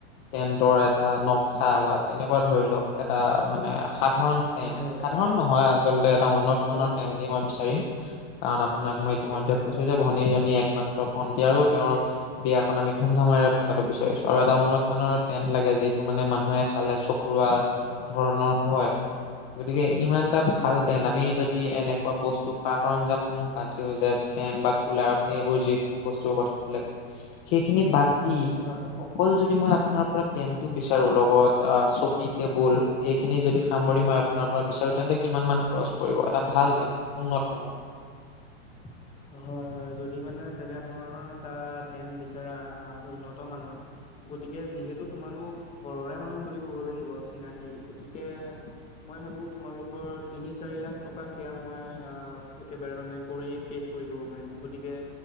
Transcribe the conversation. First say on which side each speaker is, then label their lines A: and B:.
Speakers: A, on the left; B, on the left.
A: টেণ্টৰ এটা নক্সা বা তেনেকুৱা ধৰি লওঁক এটা মানে সাধাৰণ টেণ্ট
B: হয়
A: সাধাৰণ
B: হয়
A: নহয় আচলতে এটা উন্নত
B: হয়
A: মানৰ টেণ্টেই মই বিচাৰিম কাৰণ আপোনাক মই ইতিমধ্যে
B: হয়
A: কৈছো যে ভনীজনী একমাত্ৰ ভণ্টী আৰু তেওঁৰ বিয়াখন আমি ধুম ধামেৰে পতাটো বিচাৰিছো আৰু এটা উন্নত মানৰ টেণ্ট লাগে যিটো মানে মানুহে চালে চ কৰুৱা ধৰণৰ হয় গতিকে ইমান এটা ভাল
B: হয় হয়
A: টেণ্ট আমি যদি দি এনেকুৱা বস্তু সা সাৰঞ্জামসমূহ বাদ দিয়া যায়, ফেন বা কুলাৰপনি এইবোৰ যিসমূহ বস্তুৰ কথ সেইখিনি বাদ দি
B: হয় হয়
A: অকল যদি মই আপোনাৰ পৰা টেন্টটো বিচাৰোঁ, লগত অ', চকী টেবুল এইখিনি যদি সামৰি মই আপোনাৰ পৰা বিচাৰো তেন্তে কিমান মান খৰচ পৰিব? এটা ভাল টেণ্ট উন্নত মানৰ।
B: <inaudible> হয়, হয়, যদি মানে তেনে ধৰণৰ এটা টেন্ট বিচৰা উন্নত মানৰ। গতিকে যিহেতু তোমালোক ঘৰৰে মানুহ বুলি ক'ব লাগিব চিনাকি গতিকে মই ভাবো তোমালোকৰ তিনি চাৰি লাখ টকা সেয়া মই অ', একেবাৰে মানে কৰিয়ে শেষ কৰি দিব পাৰিম গতিকে